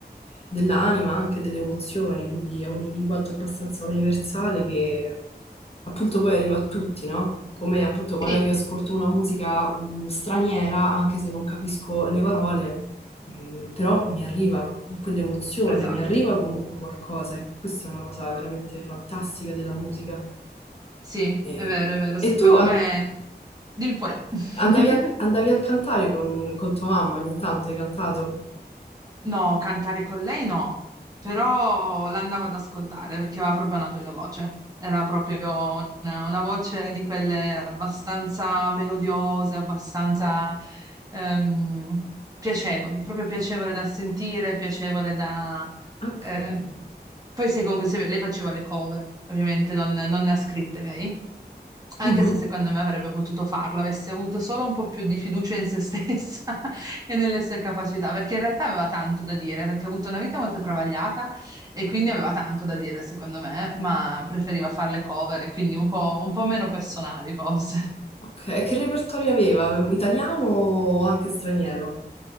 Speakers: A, on the left; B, on the right.
A: dell'anima, anche delle emozioni, quindi è un linguaggio abbastanza universale che appunto poi arriva a tutti, no? Come appunto magari
B: sì,
A: io ascolto una musica mh, straniera, anche se non capisco le parole, mh, però mi arriva quell'emozione,
B: esatto.
A: mi arriva comunque qualcosa e questa è una cosa veramente fantastica della musica.
B: Sì,
A: E,
B: è vero, è vero, secondo
A: e tu,
B: me...
A: an-
B: Dimmi pure.
A: Andavi
B: <laughs>
A: a, andavi a cantare con, con tua mamma ogni tanto, hai cantato?
B: No, cantare con lei no, però l'andavo ad ascoltare perché aveva proprio una bella voce. Era proprio una, una voce di quelle abbastanza melodiose, abbastanza ehm, piacevoli, proprio piacevole da sentire, piacevole da...
A: Ok.
B: ehm. Poi se comunque se- lei faceva le cover, ovviamente non, non ne ha scritte lei, anche
A: Mhm,
B: se secondo me avrebbe potuto farlo, avesse avuto solo un po' più di fiducia in se <laughs> stessa e nelle sue capacità, perché in realtà aveva tanto da dire, perché ha avuto una vita molto travagliata e quindi aveva tanto da dire, secondo me, ma preferiva fare le cover e quindi un po', un po' meno personali, forse.
A: Ok, e che repertorio aveva? Italiano o anche straniero?